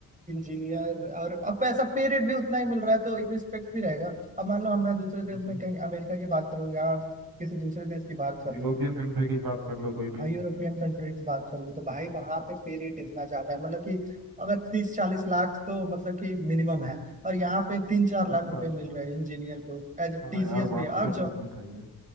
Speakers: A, on the right (about 20°); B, on the right (about 70°).
A: इंजीनियर और अब पैसा पे रेट भी उतना ही मिल रहा है तो एक रिस्पेक्ट भी रहेगा अब मान लो हम मैं दूसरे
B: हम्म
A: देश में कहीं अमेरिका की बात करूँ या किसी दूसरे देश की बात कर
B: यूरोपियन
A: लूँ
B: कंट्री की बात कर लो कोई भी
A: हाँ, यूरोपियन कंट्री की बात कर लूँ तो भाई वहां पे पे रेट इतना ज्यादा है मतलब कि अगर तीस चालीस लाख तो मतलब कि मिनिमम है और यहाँ पे तीन चार लाख
B: अच्छा
A: रुपए
B: अच्छा
A: मिल रहे हैं इंजीनियर को एज ए
B: हाँ
A: टीसीएस
B: यार बात
A: भी है और
B: तो
A: जॉब
B: बिल्कुल सही है